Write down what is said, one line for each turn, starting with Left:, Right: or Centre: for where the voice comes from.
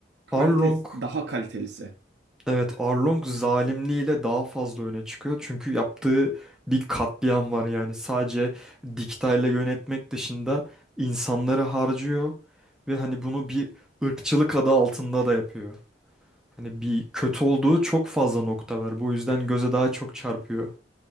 Right: kalitesi
Centre: Arlong
Right: daha kalitelisi.
Centre: Evet, Arlong zalimliğiyle daha fazla öne çıkıyor. Çünkü yaptığı bir katliam var yani. Sadece diktayla yönetmek dışında insanları harcıyor ve hani bunu bir ırkçılık adı altında da yapıyor. Hani bir kötü olduğu çok fazla nokta var. Bu yüzden göze daha çok çarpıyor.